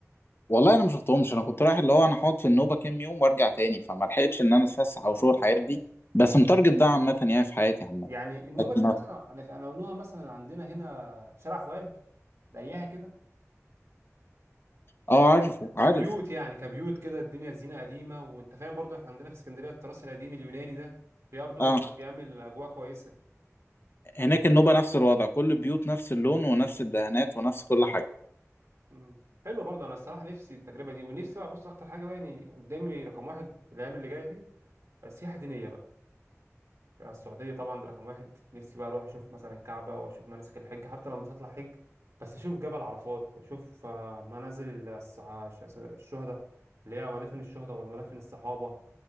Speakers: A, on the left; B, on the right.
A: والله انا ما شفتهمش انا كنت رايح اللي هو انا هقعد في النوبه كام يوم وارجع تاني فما لحقتش ان انا اتفسح او
B: اه
A: اشوف الحاجات دي بس متارجت ده عامه يعني في حياتي عامه
B: يعني النوبه
A: لكن-
B: دي مثلا انا أنا اقولوها مثلا عندنا هنا شارع فؤاد زيها كده
A: اه عارفه
B: كب-
A: عارف
B: كبيوت يعني كبيوت كده الدنيا زينة قديمة وانت فاهم برضو احنا عندنا في اسكندرية التراث القديم اليوناني ده برضه
A: اه
B: بيعمل اجواء كويسة
A: هناك النوبه نفس الوضع كل البيوت نفس اللون ونفس الدهانات ونفس كل حاجه
B: مم. حلو برضه انا الصراحة نفسي التجربة دي ونفسي بقى بص اكتر حاجة بقى يعني قدامي رقم واحد الايام اللي جاية دي سياحة دينية بقى السعودية طبعا ده رقم واحد نفسي بقى أروح أشوف مثلا الكعبة وأشوف مناسك الحج حتى لو مش هطلع حج بس أشوف جبل عرفات وأشوف آه، منازل الص- ش- الشهداء اللي هي مدافن الشهداء ومدافن الصحابة